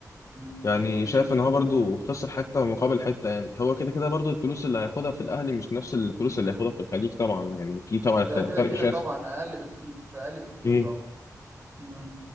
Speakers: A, on the right; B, on the left.
A: مم.
B: يعني
A: مم.
B: شايف ان هو برضه خسر حته مقابل حته يعني هو كده كده برضه الفلوس اللي هياخدها في الاهلي مش نفس الفلوس اللي هياخدها في الخليج طبعا يعني في طبعا
A: ده
B: خ-
A: كده
B: فرق
A: كده
B: شاسع
A: طبعا اقل بكتير اقل بكتير
B: امم
A: طبعا مم.